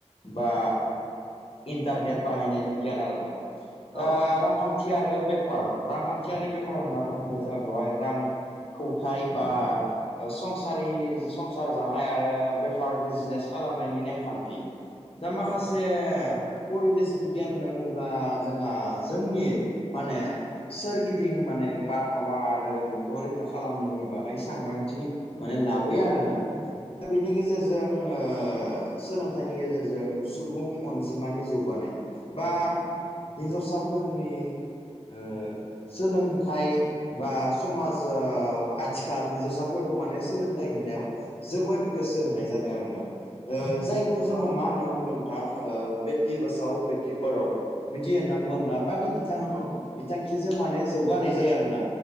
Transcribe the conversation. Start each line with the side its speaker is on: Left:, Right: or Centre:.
Left: बा इन्टारनेट बाहायनायनि गियान आरोना
Right: औ
Left: दा रांखान खान्थि आरो बेफार रांखान्थियारि बेफार होनना बुङोब्ला जोंहा बेवहाय रां खौथाय बा संसारि संसार जानाय आरो बेफार बिजनेस खालामनायनि नेमखान्थि। दा
Right: औ
Left: माखासे परिबेस बिगियान होनना बुङोब्ला जोंहा जोंनि माने सोरगिदिं माने बारहावा आरो बेखौ रैखा खालामनायनि बागै सांग्रांथि माने लाबोयो आरो ना दा बेनि गेजेरजों ओ सोलोंथाइनि गेजेरजों सुबुं अनजिमानि जौगानाय बा हिनजावसाफोरनि ओ सोलोंथाइ बा समाज जाव आथिखाल हिन्जावसाफोरखौ माने सोलोंथाइ होनायाव जोबोद गोसो होनाय जादों आरोना ओ जायखौ जोङो
Right: औ
Left: मा होनना बुङो नोंथां ओ बे टि बासाव बेटिपाराव बिदि होनना बुङोब्ला
Right: औ
Left: बादि बिथां
Right: नंगौ
Left: बिथांखिजों माने जौग होनानाय जायो आरो ना।